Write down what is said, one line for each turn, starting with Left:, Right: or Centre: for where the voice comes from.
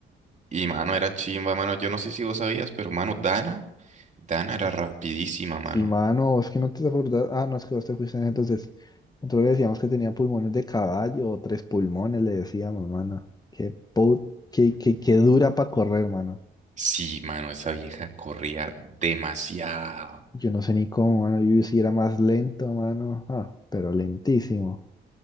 Right: Y, mano, era chimba, mano. Yo no sé si vos sabías, pero, mano, Dana. Dana era rapidísima, mano.
Left: Sí, mano, es que no te acordás. Ah, no, es que vos te fuiste en ese entonces. Nosotros le decíamos que tenía pulmones de caballo, o tres pulmones, le decíamos, mano. Qué, put, qué, qué, qué dura para correr, mano.
Right: Sí, mano, esa vieja corría demasiado.
Left: Yo no sé ni cómo, mano. Yo sí era más lento, mano. Ah, pero lentísimo.